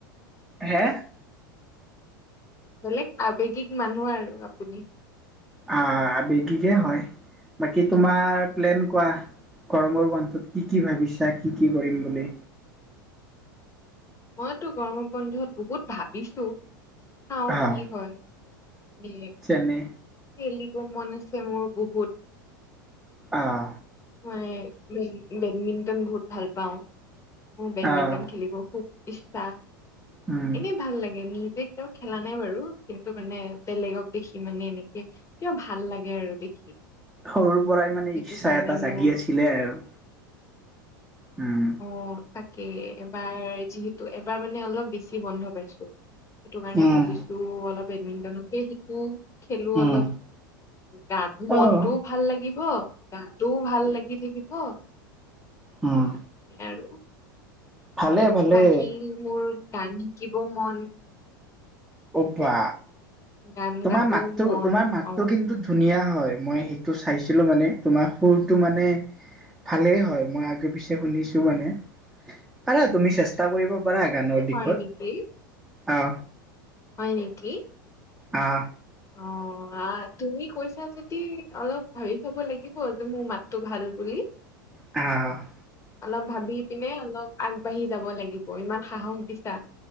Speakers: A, in the centre; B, on the left.
A: হে?
B: বেলেগ আবেগিক মানুহ আৰু আপুনি।
A: অহ আবেগিকে হয়। বাকী তোমাৰ প্লেন কোৱা গৰমৰ বন্ধত কি কি ভাবিছা কি কি কৰিম বুলি?
B: মইতো গৰমৰ বন্ধত বহুত ভাবিছো চাওঁ
A: আহ
B: কি হয়। মানে
A: যেনে
B: খেলিব মন আছে মোৰ বহুত
A: অহ।
B: মই বেড বেডমিণ্টন বহুত ভাল পাওঁ। মোৰ বেডমিণ্টন
A: আহ
B: খেলিব খুব ইচ্ছা
A: উম
B: এনেই ভাল লাগে নিজ নিজে কেতিয়াও খেলা নাই বাৰু কিন্তু মানে বেলেগক দেখি মানে এনেকে কিবা ভাল লাগে আৰু দেখি
A: সৰুৰ পৰাই মানে
B: সেইটো
A: ইচ্ছা
B: কাৰণে
A: এ টা জাগি
B: মোৰ
A: আছিলে আৰু হুম।
B: অ তাকে এবাৰ যিহেতু এবাৰ মানে অলপ বেছি বন্ধ পাইছো। সেইটো কাৰণে
A: উম
B: ভাবিছো অলপ মিণ্টনকে শিকোঁ। খেলো
A: উম
B: অলপ গা মনটোও
A: আহ
B: ভাল লাগিব অ গা টো ভাল লাগি থাকিব সেইটো
A: উম
B: কাৰণে আৰু।
A: ভালে ভালে।
B: বাকী মোৰ গান শিকিব মন
A: অ বা।
B: গান
A: তোমাৰ
B: গাব
A: মাতটো
B: মন
A: তোমাৰ মাতটো
B: অ
A: কিন্তু ধুনীয়া হয়। মই সেইটো চাইছিলো মানে তোমাৰ সুৰটো মানে ভালেই হয় মই আগে পিছে শুনিছো মানে পাৰা তুমি চে ষ্টা কৰিব পাৰা গানৰ
B: হয়
A: দিশত
B: নেকি
A: অ।
B: হয় নেকি?
A: অহ
B: অহ তুমি কৈছা যদি অলপ ভাবি ব লাগিব যে মোৰ মাতটো ভাল। বুলি।
A: অহ।
B: অলপ ভাবি পিনে অলপ আগবাঢ়ি যাব লাগিব ইমান সাহস দিছা।